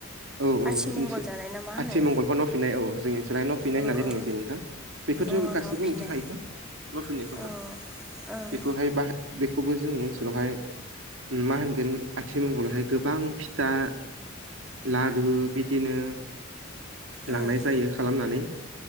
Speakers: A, on the right; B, in the centre.
A: औ औ
B: आथिमंगल
A: नोंसो
B: जानाय ना मा होनो
A: आथिमंगलख न'फिन्नाय औ जोंनि ओनसोलहायाव न' फिननाय
B: अ
A: होननानै
B: अ
A: बुंनाय जायो नोंथां। फोरथिं
B: अ
A: गासिबो
B: न' फिनाय
A: मिथिखायो ना न' फिननायखौहा
B: औ ओं
A: बेखौहाय बाय बेखौबो जोंनि ओनसोलावहाय मा होनगोन आथिमंगलाहाय गोबां फिथा लारु बिदिनो लांनाय
B: उम
A: जायो खालामनानै